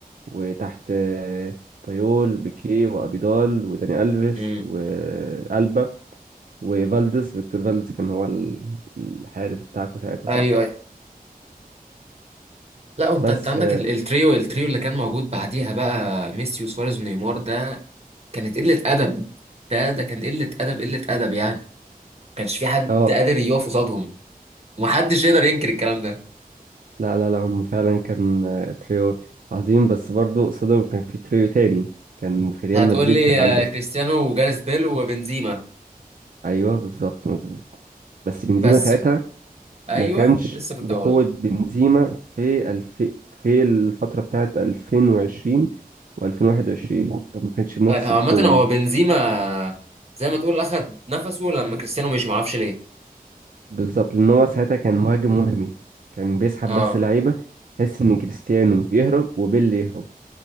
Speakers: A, on the right; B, on the right.
A: وتحت آه، بايول بيكيه وأبيدال وداني ألفيس
B: امم
A: وألبا وفالديز فيكتور فالديز كان هو ال- الحارس بتاعكم ساعتها
B: ايوه
A: صح
B: ايوه لا وانت
A: بس
B: انت عندك
A: اه
B: ال- التريو التريو اللي كان موجود بعديها بقى ميسي وسواريز ونيمار ده كانت قلة أدب ده ده كان قلة أدب قلة أدب يعني ما كانش في حد
A: آه،
B: قادر يقف قصادهم ومحدش يقدر ينكر الكلام ده
A: لا لا لا هم فعلا كان آه، تريو عظيم بس برضو قصادهم كان في تريو تاني كان في ريال
B: هتقول
A: مدريد
B: لي
A: كان
B: آه،
A: عندك
B: كريستيانو وجاريث بيل وبنزيما
A: ايوه بالظبط مظبوط بس بنزيما
B: بس
A: ساعتها
B: ايوه
A: ما كانش
B: لسه كنت
A: بقوة
B: هقول
A: بنزيما في الف... في الفترة بتاعت 2020 و2021 ما كانش بنفس
B: آه،
A: القوة
B: عامة هو
A: دي
B: بنزيما زي ما تقول أخد نفسه لما كريستيانو مشي معرفش ليه
A: بالظبط لأن هو ساعتها كان مهاجم وهمي كان بيسحب
B: اه
A: بس لعيبة تحس إن كريستيانو يهرب وبيل يهرب